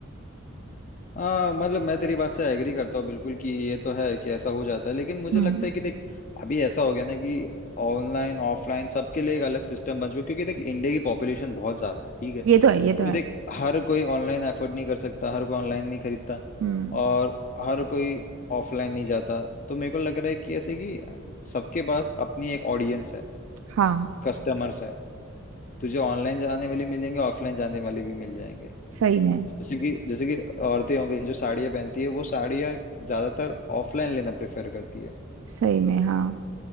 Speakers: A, on the left; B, on the right.
A: हाँ मतलब मैं तेरी बात से एग्री करता हूँ बिल्कुल कि ये तो है कि ऐसा हो जाता है लेकिन मुझे
B: हम्म
A: लगता है कि देख अभी ऐसा हो गया ना कि ऑनलाइन ऑफलाइन सबके लिए एक अलग सिस्टम बन चुका है, क्योंकि देख इंडिया की पॉपुलेशन बहुत ज्यादा है ठीक है
B: ये तो है ये तो
A: तो
B: है
A: देख हर कोई ऑनलाइन एफर्ट नहीं कर सकता हर कोई ऑनलाइन नहीं खरीदता
B: हम्म
A: और हर कोई ऑफलाइन नहीं जाता तो मेरे को लग रहा है कि ऐसे कि सबके पास अपनी एक ऑडियंस है
B: हाँ
A: कस्टमर्स है तुझे ऑनलाइन जाने वाले मिलेंगे ऑफलाइन जाने वाले भी मिल जाएंगे
B: सही में
A: जैसे कि जैसे कि औरतें हो गई जो साड़ियाँ पहनती है वो साड़ियाँ ज्यादातर ऑफलाइन लेना प्रेफर करती है
B: सही में हाँ